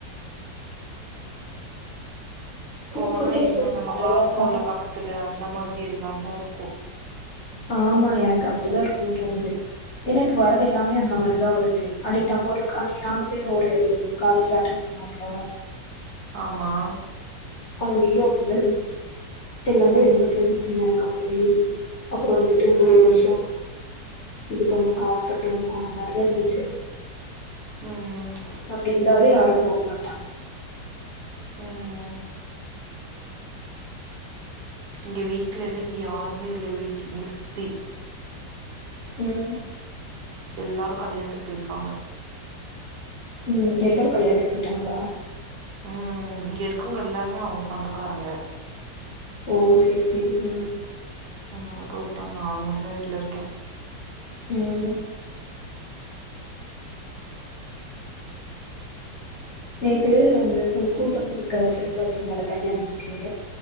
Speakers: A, on the left; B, on the right.
A: கூப்பிட்டே
B: போனா
A: இருக்காங்க
B: என்ன நம்ம
A: நெறைய
B: பாத்தோல்ல
A: அக்கா
B: பக்கத்துல அந்த மாதிரி எல்லான்தா இருக்கு
A: ஆமா எனக் கப்டிதா இருக்குன் தோணுஜு ஏனா இப் வரது எல்லாமே அந்த மாரிதா வருது அன்னைக் டம் ஒரு கால் இன்னிக் நாங்க பே ஒரு <unintelligible> காலேஜ்ல அட்டென் பண்ணுவோம்ல
B: ஆமா
A: அங்கயு அப்டிதா இன்ஜுச்சு எல்லாமே ரொம்ப சின்ன சின்ன கம்பெனி அப்றோ வந்துட்டு அந்த
B: ம்
A: ஒரு வர்ஷொம் இது பண்ணு காஸ் கட்டணு அந்த் மாரிதா இருந்துச்சே
B: ம்ம்
A: அப்டி இருந்தாவே யாரு போக மாட்டாங்க
B: ம் இங்க வீட்லல்ல இ யாருமே இல்ல வீட்டு இங்க சுத்தி
A: ம்
B: எல்லாரு கல்யாண்த்துக் போய்ர்க்காங்க
A: ம் எல்லாரு கல்யாண்த்துக் போய்ட்டாங்களா
B: ம் இங்க இருக்கவங்க எல்லாருமே அவங்க சொந்தக்காரங்க
A: ஓ செரி செரி ம்
B: அமா போய்ட்டாங்க நா மட்டுதா வீட்ல இருக்கே
A: ம் நேத்து அந்த ஸ்பு கூல் பக்கத்ட்ருக்க சென்ட்லாக்கி மேல கைய நுனுக்கே